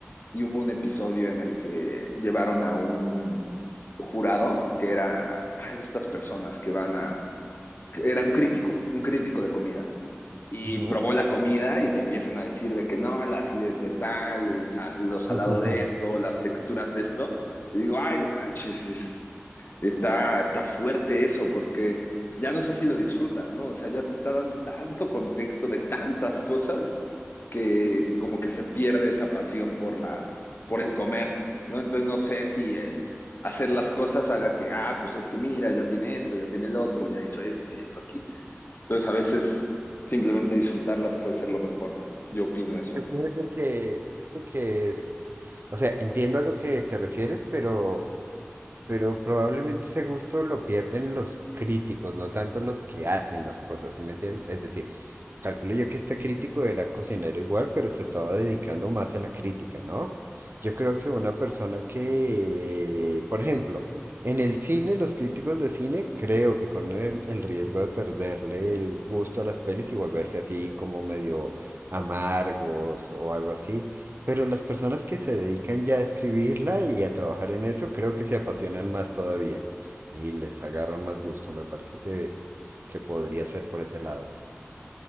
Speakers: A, on the left; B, on the right.
A: y hubo un episodio en el que llevaron a un jurado que era, ay, de estas personas que van a, que era un crítico, un crítico de comida. Y
B: Ujú.
A: probó la comida y te empiezan a decir de que no, la acidez de tal, el sal- lo salado
B: Ujú.
A: de esto,
B: <laughs>
A: las texturas de esto. Y digo, ay, no manches, Está, está fuerte eso porque ya no sé si lo disfruta, ¿no? O sea, ya te está dando tanto contexto de tantas cosas que como que se pierde esa pasión por la, por el comer, ¿no? Entonces no sé si el hacer las cosas haga que, ah, pues es que mira, ya tiene esto, ya tiene el otro, ya hizo esto, ya hizo aquí. Entonces a veces simplemente disfrutarlas puede ser lo mejor. Yo opino eso.
B: Yo fíjate que, fíjate que es, o sea, entiendo a lo que te refieres, pero Pero probablemente ese gusto lo pierden los críticos, no tanto los que hacen las cosas, ¿sí me entiendes? Es decir, calculo yo que este crítico era cocinero igual, pero se estaba dedicando más a la crítica, ¿no? Yo creo que una persona que, por ejemplo, en el cine, los críticos de cine creo que corren el riesgo de perderle el gusto a las pelis y volverse así como medio amargos o algo así. Pero las personas que se dedican ya a escribirla y a trabajar en eso, creo que se apasionan más todavía y les agarran más gusto. Me parece que, que podría ser por ese lado.